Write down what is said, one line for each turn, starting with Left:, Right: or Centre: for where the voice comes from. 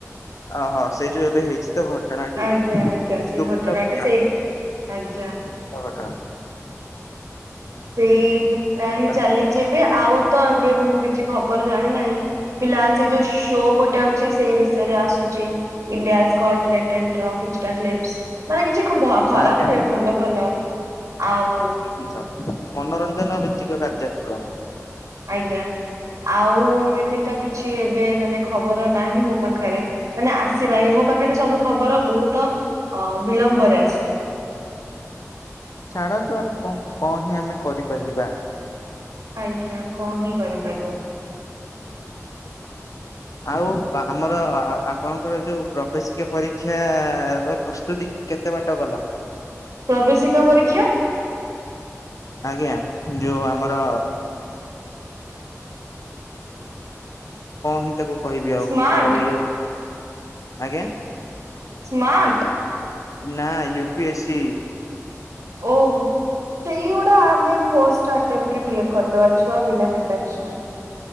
Left: ଓହୋ ସେଇ ଯୋଉ ଏବେ ହେଇଛି। ଘଟଣାଟି
Right: ଆଜ୍ଞା
Left: <inaudible>
Right: ଆଜ୍ଞା ସେଇ
Left: ଦୁଃଖଟଣା।
Right: ଘଟଣାଟି ସେଇ ଆଜ୍ଞା ସେଇଟା ହିଁ
Left: ଘଟଣା
Right: ଚାଲିଛି ଏବେ ଆଉ ତ ଏବେ ମୁଁ କିଛି ଖବର ଜାଣି ନାହିଁ। ଫିଲା ସେ ଯୋଉ ଶୋ ଗୋଟେ ଅଛି ସେଇ ବିଷୟରେ ଆସୁଛି। ଇଣ୍ଡିଆ <inaudible> ର କିଛିଟା କ୍ଲିପ୍ସ ମାନେ କିଛି ଖରାପ
Left: ଆଜ୍ଞା
Right: ହୁଏ
Left: ଆଜ୍ଞା
Right: ଭଲ ଭଲ ଆଉ।
Left: ଜି ମନୋରଞ୍ଜନ ଭିତ୍ତିକ କାର୍ଯ୍ୟକ୍ରମ।
Right: ଆଜ୍ଞା ଆଉ ଏମିତି ତ କିଛି ଏବେ ମାନେ ଖବର ନାହିଁ ମୋ ପାଖରେ। ମାନେ ଆସିନାହିଁ ମୋ ପାଖରେ ସବୁ ଖବର ବହୁତ ଅ ବିଳମ୍ବରେ ଆସେ।
Left: ଛାଡ଼ନ୍ତୁ ଆଉ କଣ କଣ ହିଁ ଆମେ କରିପାରିବା।
Right: ଆଜ୍ଞା କଣ ହିଁ କରିପାରିବ।। <unintelligible>
Left: ଆଉ ଆମର ଆପଣଙ୍କର ଯୋଉ ପ୍ରବେଶିକ ପରୀକ୍ଷା ର ପ୍ରସ୍ତୁତି କେତେ କେତେ ବାଟ ଗଲା?
Right: ପ୍ରବେଶିକା ପରୀକ୍ଷା।
Left: ଆଜ୍ଞା ଯୋଉ ଆମର କଣ ହିଁ ତାକୁ କହିବି ଆଉ
Right: ସ୍ମାର୍ଟ
Left: ତାର ଓଡିଆ ଆଜ୍ଞା।
Right: ସ୍ମାର୍ଟ।
Left: ନା ୟୁ ପି ଏସି।
Right: ଓ। ସେଇଗୁଡା ଆମେ ଫର୍ଷ୍ଟ ଆଟେମ୍ପଟ୍ ରେ କ୍ଲିଅର କରିଦବା ଛୁଆ ବିନା ପ୍ରିପେରେସନ।